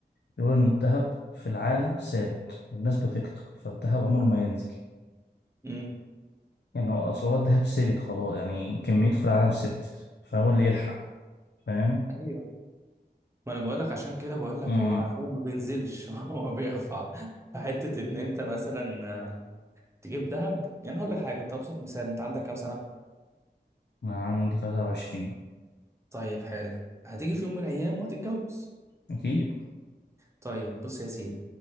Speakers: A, on the left; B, on the right.
A: بيقول إن الدهب في العالم ثابت والناس بتكتر فالدهب عمره ما ينزل
B: امم
A: يعني هو أصل هو الدهب ثابت خلاص يعني كميته في العالم ثبتت فهو اللي يلحق فاهم؟
B: ايوه ما انا بقول لك عشان كده بقول لك
A: أمم
B: هو هو ما بينزلش <laughs> هو بيرفع فحته ان انت مثلا آه، تجيب دهب يعني هقول لك حاجه انت ابسط مثال انت عندك كام سنه
A: أنا عندي 23
B: طيب حلو هتيجي في يوم من الايام وهتتجوز
A: أكيد
B: طيب بص يا سيدي